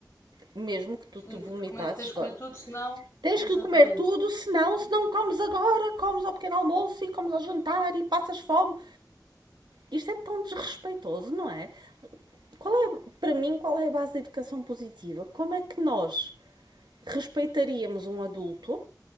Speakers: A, on the right; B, on the left.
A: mesmo que tu te
B: Sim,
A: vomitasses
B: tens de comer, tens de
A: todo.
B: comer tudo, senão,
A: Tens
B: exatamente.
A: que comer tudo, senão, se não comes agora, comes ao pequeno almoço e comes ao jantar e passas fome. Isto é tão desrespeitoso, não é? Qual é, para mim, qual é a base da educação positiva? Como é que nós respeitaríamos um adulto